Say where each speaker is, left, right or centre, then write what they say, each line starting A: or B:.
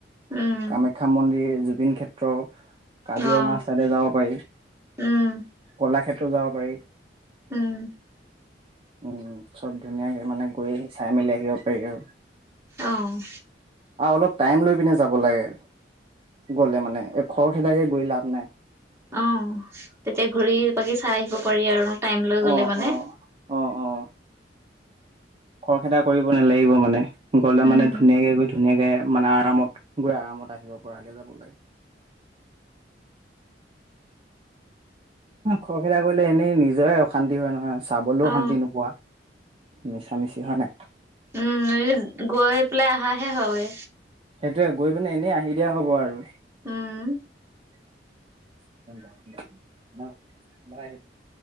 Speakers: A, on the right; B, on the right.
A: উম।
B: কামাখ্যা মন্দিৰ, জুবিন ক্ষেত্ৰ কাজিৰঙা
A: অ
B: চাইডে যাব পাৰি,
A: উম
B: কলাক্ষেত্ৰ যাব পাৰি।
A: উম।
B: উম, চব ধুনীয়াকে মানে গৈ আহি চাই মেলি আহিব পাৰি আৰু।
A: অ'।
B: আৰু অলপ টাইম লৈ পিনে যাব লাগে। গ'লে মানে, এ খৰ খেদাকে গৈ লাভ নাই।
A: অ' তেতিয়া ঘুৰি পাকি চাই আহিব পাৰি আৰু টাইম লৈ
B: অ
A: গলে মানে।
B: অ অ' অ'। খৰখেদা কৰিব নালাগিব মানে, গলে
A: উম
B: মানে ধুনীয়াকে গৈ ধুনীয়াকে মানে আৰামত গৈ আৰামত আহিব পৰাকে যাব লাগে। খৰখেদা কৰিলে এনেই নিজৰে অশান্তি হয় নহয়, চাবলেও
A: অ
B: শান্তি নোপোৱা। মিছা মিছি হয় নাই?
A: উম গৈ পেলাই আহাহে হয়।
B: সেইটোয়ে, গৈ পিনে এনেই আহি দিয়া হব আৰু।
A: উম।
B: <unintelligible>